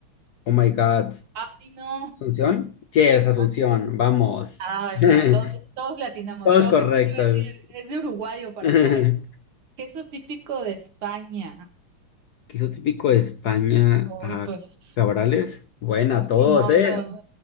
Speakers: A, on the left; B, on the right.
A: oh my God,
B: Ay, no,
A: ¿Asunción? Yes, Asunción,
B: así.
A: vamos.
B: Ah,
A: <laughs>
B: mira, todos, todos le atinamos.
A: Todos
B: Yo
A: correctos.
B: pensé que iba a decir, es de Uruguay o Paraguay.
A: <laughs> ¿Qué
B: Queso típico de España.
A: es lo típico de España?
B: Uy,
A: a
B: pues,
A: Cabrales, buena,
B: pues
A: todos,
B: sí, no,
A: ¿eh?
B: es lo,